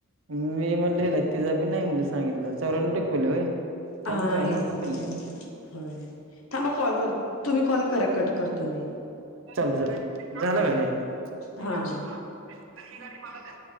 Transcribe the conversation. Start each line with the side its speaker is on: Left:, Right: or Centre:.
Right: मी म्हणलेलं तिजा बी नाई म्हला सांगितलं चौऱ्यांनव टक्के पडलेत व्हय?
Left: हां
Right: चांगलं आहे
Left: हिला
Right: मस्त
Left: हं थांबा कॉल कर तुम्ही कॉल करा कट. करतो मी.
Right: चालतं चालतं झाला
Left: हां
Right: का <unintelligible>
Left: हां.
Right: ही गाडी मला द्या.